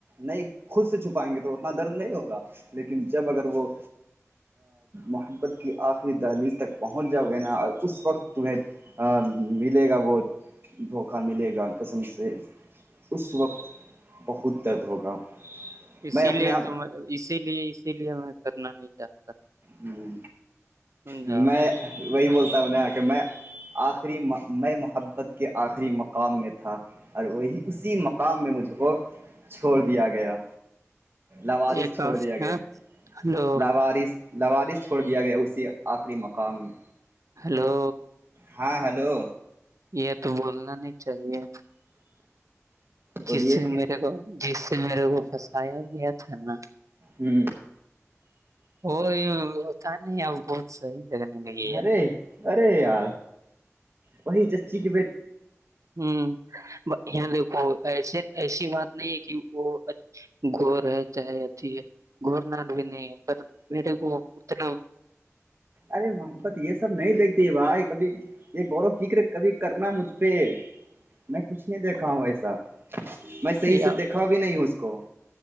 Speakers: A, on the right; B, on the right.
A: نہیں خود سے چھپائیں گے تو نا درد نہیں ہوگا لیکن جب اگر وہ محبت کی آخری دہلیز تک پہنچ جاؤ گے نا اور اس وقت تمہیں ا ملے گا وہ دھوکا ملے گا قسم سے اس وقت بہت درد ہوگا
B: اسی
A: میں اپنے
B: لیے
A: آپ
B: تو میں اسی لیے اسی لیے میں کرنا نہیں چاہتا
A: ہ
B: سمجھا
A: میں وہی بولتاوں یہ کہ میں آخری میں محبت کے آخری مقام میں تھا اور وہی اسی مقام میں مجھ کو چھوڑ دیا گیا لوارس
B: ایک
A: چھوڑ
B: اور-
A: دیا گیا
B: ہاں، ہلو
A: لوارس سوارس چھوڑ دیا گیا اسی آخری مقام میں
B: ہیلو
A: ہاں ہلو
B: یہ تو بولنا نہیں چاہیے
A: بولیے
B: جس سے میرے کو جس میرے کو پھسایا گیا تھا نا
A: ہوں
B: وہ ات نہیں اب بہت صحیح لگنے لگے
A: ارے
B: ار
A: ارے یار وہی چچی کے
B: ہوں یہ دیکھو ایسے ایسی بات نہیں ہے کہ وہ گور ہے چاہے اتیھی ہے گور نال بھی نہیں ہے پر میرے کو مطلب
A: ارے محبت یہ سب نہیں دیکھتی ہے بھائی کبھی یہ غور و فکر کبھی کرنا مجھ پہ میں کچھ نہیں دیکھا ہوں ایسا میں صحیح
B: یا
A: سے دیکھا بھی نہیں ہوں اس کو